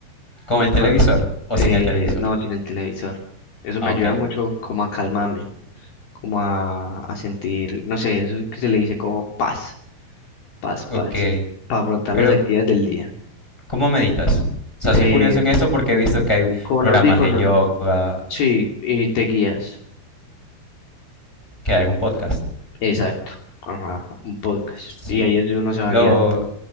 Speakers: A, in the centre; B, on the left (about 55°).
A: ¿Con
B: Y
A: el
B: cua-
A: televisor o
B: eh,
A: sin el televisor?
B: no, sin el televisor. Eso
A: Ah,
B: me ayuda
A: ok,
B: mucho como a calmarme. como a, a sentir, no sé, eso que se le dice como paz, paz, paz,
A: ok.
B: para afrontar
A: Pero,
B: las actividades del día.
A: ¿cómo meditas? O sea,
B: Eh,
A: soy curioso en esto porque he visto que hay
B: con
A: programas
B: audífonos,
A: de yoga,
B: sí, y te guías,
A: que hay algún podcast.
B: exacto, ajá, un podcast,
A: Sí,
B: y ahí es donde uno se va
A: lo,
B: guiando,